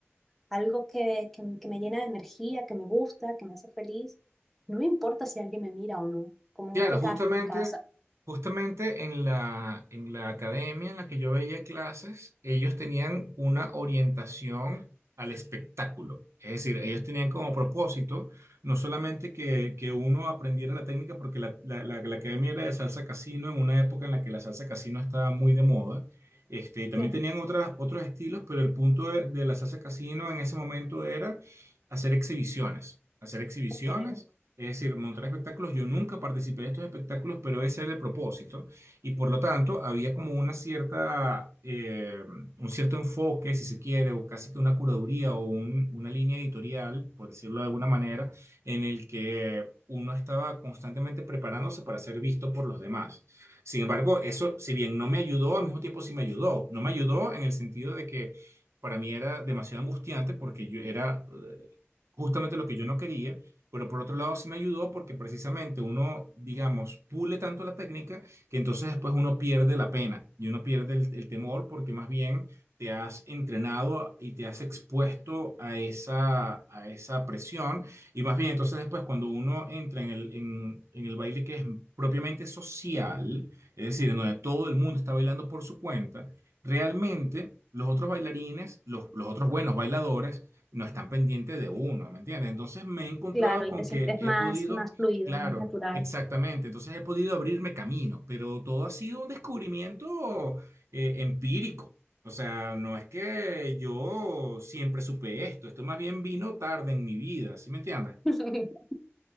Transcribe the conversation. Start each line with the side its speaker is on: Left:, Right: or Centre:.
Centre: algo que, que, que me llena de energía, que me gusta, que me hace feliz. No me importa si alguien me mira o no, como en
Right: Claro,
Centre: este
Right: justamente,
Centre: caso, en casa.
Right: justamente en la, en la academia en la que yo veía clases, ellos tenían una orientación al espectáculo. Es decir, ellos tenían como propósito no solamente que, que uno aprendiera la técnica, porque la, la- la- la academia era de salsa casino en una época en la que la salsa casino estaba muy de moda. Este, y también
Centre: Sí,
Right: tenían otras, otros estilos, pero el punto de de la salsa casino en ese momento era hacer exhibiciones. Hacer exhibiciones
Centre: ok.
Right: es decir, montar espectáculos, yo nunca participé de estos espectáculos, pero ese era el propósito. Y por lo tanto, había como una cierta, eh, un cierto enfoque, si se quiere, o casi que una curaduría o un- una línea editorial, por decirlo de alguna manera, en el que uno estaba constantemente preparándose para ser visto por los demás. Sin embargo, eso, si bien no me ayudó, al mismo tiempo sí me ayudó. No me ayudó en el sentido de que para mí era demasiado angustiante porque yo era... eh, Justamente lo que yo no quería, pero por otro lado sí me ayudó porque precisamente uno, digamos, pule tanto la técnica que entonces después uno pierde la pena y uno pierde el, el temor porque más bien te has entrenado y te has expuesto a esa, a esa presión y más bien entonces después cuando uno entra en el, en, en el baile que es propiamente social, es decir, en donde todo el mundo está bailando por su cuenta, realmente los otros bailarines, los, los otros buenos bailadores, no están pendientes de uno, ¿me entiendes? Entonces me he encontrado
Centre: Claro, y
Right: con
Centre: te sientes
Right: que he
Centre: más,
Right: podido,
Centre: más fluido,
Right: claro,
Centre: más natural.
Right: exactamente, entonces he podido abrirme camino, pero todo ha sido un descubrimiento eh, empírico. O sea, no es que yo siempre supe esto, esto más bien vino tarde en mi vida, ¿sí me entiendes?
Centre: <laughs>